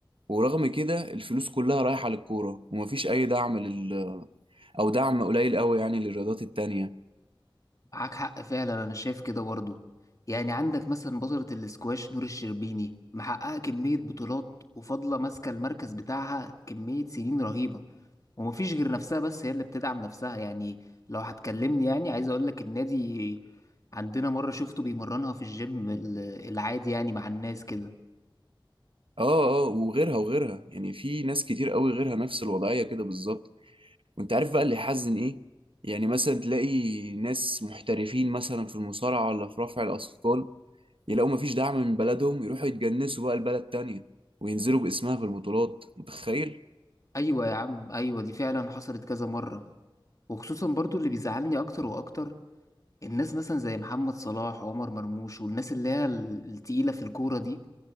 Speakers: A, on the right; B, on the left.
A: ورغم كده الفلوس كلها رايحه للكوره ومفيش اي دعم لل او دعم قليل قوي يعني للرياضات التانيه
B: معاك حق فعلا انا شايف كده برضو يعني عندك مثلا بطلة الاسكواش نور الشربيني محققة كمية بطولات وفاضلة ماسكة المركز بتاعها كمية سنين رهيبة ومفيش غير نفسها بس هي اللي بتدعم نفسها يعني لو هتكلمني يعني عايز اقول لك النادي عندنا مرة شفته بيمرنها في الجيم ال- العادي يعني مع الناس كده
A: اه اه وغيرها وغيرها يعني في ناس كتير قوي غيرها نفس الوضعية كده بالظبط وانت عارف بقى اللي يحزن ايه يعني مثلا تلاقي ناس محترفين مثلا في المصارعة ولا في رفع الأثقال يلاقوا مفيش دعم من بلدهم يروحوا يتجنسوا بقى لبلد تانية وينزلوا باسمها في البطولات متخيل؟
B: ايوه يا عم ايوه دي فعلا حصلت كذا مرة وخصوصا برضو اللي بيزعلني اكتر واكتر الناس مثلا زي محمد صلاح وعمر مرموش والناس اللي هي ال- التقيلة في الكورة دي